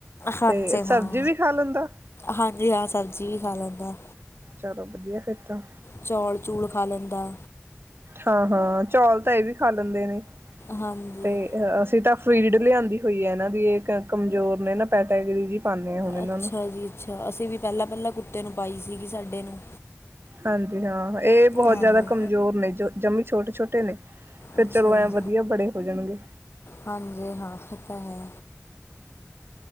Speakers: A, on the left; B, on the right.
A: ਹਾਂਜੀ
B: ਤੇ ਸਬਜ਼ੀ
A: ਹਾਂ
B: ਵੀ ਖਾ ਲੈਂਦਾ?
A: ਹਾਂਜੀ ਹਾਂ, ਸਬਜ਼ੀ ਵੀ ਖਾ ਲੈਂਦਾ।
B: ਚਲੋ ਵਧੀਆ ਫਿਰ ਤਾਂ।
A: ਚੌਲ-ਚੂਲ ਖਾ ਲੈਂਦਾ।
B: ਹਾਂ-ਹਾਂ, ਚੌਲ ਤਾਂ ਇਹ ਵੀ ਖਾ ਲੈਂਦੇ ਨੇ,
A: ਹਾਂਜੀ
B: ਤੇ ਅਸੀਂ ਤਾਂ ਫੀਡ ਲਿਆਂਦੀ ਹੋਈ ਏ। ਇਹਨਾਂ ਦੀ ਇਹ ਕਮਜ਼ੋਰ ਨੇ ਨਾ ਪੈਟਗਰੀ ਜੀ। ਪਾਉਂਦੇ ਹਾਂ ਹੁਣ ਇਹਨਾਂ
A: ਅੱਛਾ
B: ਨੂੰ
A: ਜੀ ਅੱਛਾ, ਅਸੀਂ ਵੀ ਪਹਿਲਾਂ ਪਹਿਲਾਂ ਕੁੱਤੇ ਨੂੰ ਪਾਈ ਸੀਗੀ ਸਾਡੇ ਨੂੰ।
B: ਹਾਂਜੀ ਹਾਂ, ਇਹ ਬਹੁਤ
A: ਹਾਂਜੀ
B: ਜ਼ਿਆਦਾ ਕਮਜ਼ੋਰ ਨੇ ਜਮੀ ਛੋਟੇ-ਛੋਟੇ ਨੇ। ਫਿਰ
A: ਅੱਛਾ
B: ਚਲੋ
A: ਜੀ
B: ਐ ਵਧੀਆ ਵਡੇ ਹੋ ਜਾਣਗੇ।
A: ਹਾਂਜੀ ਹਾਂ, ਇਹ ਤਾਂ ਹੈ।